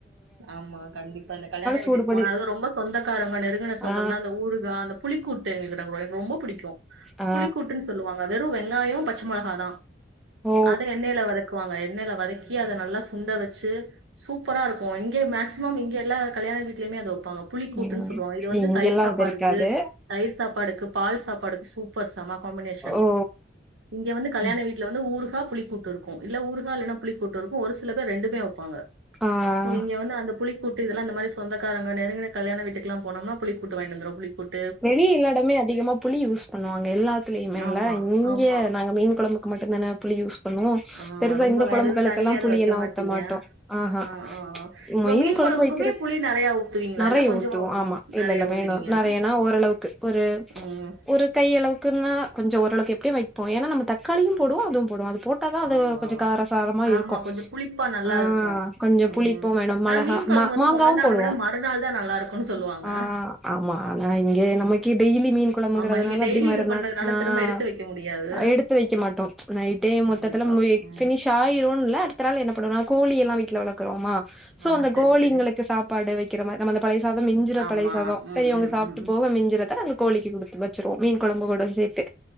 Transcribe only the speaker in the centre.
சூடு பண்ணி
ஆ
ஆ
ஓ
ம்
இங்கெல்லா
அது இருக்காது
ஓ
ம்.
ஆ
வெளி இல்லாடமே அதிகமா புளி யூஸ் பண்ணுவாங்க எல்லாத்துலயுமே இல்ல
இங்கய
நாங்க மீன் கொழம்பு க்கு மட்டுந்தான புளி யூஸ்
பெருசா
இந்த
குழம்புகளுக்கெல்லா
புளியெல்லா
ஊத்த மாட்டோ ஆஹா
மீன் குழம்பு
வைக்கிறது
நெறைய
ஊத்துவோ
ஆமா இல்ல
வேணு
நெறையன்னா ஒரு அளவுக்கு ஒரு
ஒரு கைய அளவுக்குன்னா கொஞ்ச ஓரளவு எப்படி வைப்போ ஏன்னா றம்ம தக்காளியு போடுவோ அதுவு போடு அது போட்டாதா அது
கொஞ்ச காரசாரமா
இருக்கு
ஆஹ்
கொஞ்ச
புளிப்பு வேணு
மிளக
மாங்காவு
போடுவோ
ஆஜஹ் ஆமா ஏ எ நமக்கே டெய்லி மீன் கொழம்புங்கிறதுனால
அப்ப மறுநாள்
ஆன்
எடுத்து வைக்க மாட்டோ நைட்டே மொத்தத்துல
எ
ஃபினிஸ் ஆயிரு இல்ல அடுத்த நாள் என்ன பண்ணுவோனா கோழி எல்லா ட்ல வளக்கறோமா சோ
அந்த
கோழிங்களுக்கு
சாப்பாடு வைக்கிற மாதிரி நம்ம அந்த பழயசாத மிஞ்சுற
பழயசாத
பெரியவுங்க
சாப்
போக மிஞ்சரத அது கோழிக்கு கொடுத்து வச்சருவோ மீன் கொழம்பு கூட சேர்த்து